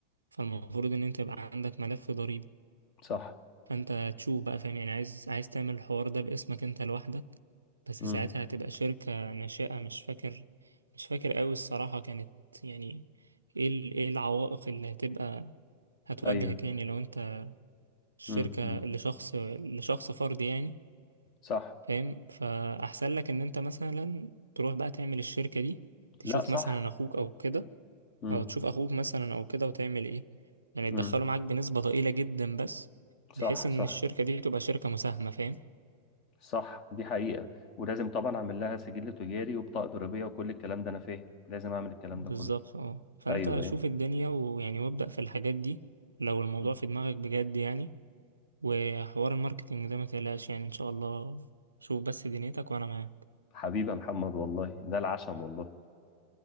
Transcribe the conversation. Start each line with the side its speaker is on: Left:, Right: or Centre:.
Right: فالمفروض إن أنت يبقى عندك ملف ضريبي
Left: صح
Right: فانت تشوف بقى فاهم يعني عايز عايز تعمل الحوار ده باسمك انت لوحدك بس
Left: امم
Right: ساعتها هتبقى شركة ناشئة مش فاكر مش فاكر قوي الصراحة كانت يعني ايه ال- ايه العوائق اللي هتبقى هتواجهك
Left: ايوه
Right: يعني لو انت شركة
Left: امم امم
Right: لشخص لشخص فرد يعني
Left: صح
Right: فاهم فأحسن لك ان انت مثلا تروح بقى تعمل الشركة دي تشوف
Left: لا صح
Right: مثلا اخوك او كده
Left: امم
Right: او تشوف اخوك مثلا او كده وتعمل ايه يعني تدخله
Left: امم
Right: معاك بنسبة ضئيلة جدا بس
Left: صح
Right: بحيث ان
Left: صح
Right: الشركة دي تبقى شركة مساهمة فاهم
Left: صح دي حقيقة ولازم طبعا اعمل لها سجل تجاري وبطاقة ضريبية وكل الكلام ده انا فاهم لازم اعمل الكلام
Right: بالظبط
Left: ده كله
Right: اه فانت
Left: ايوه
Right: شوف
Left: ايوه
Right: الدنيا ويعني وابدأ في الحاجات دي لو الموضوع
Left: مم.
Right: في دماغك بجد يعني وحوار الماركتينج ده ما تقلقش يعني ان شاء الله شوف بس دنيتك وانا معاك
Left: حبيبي يا محمد والله ده العشم والله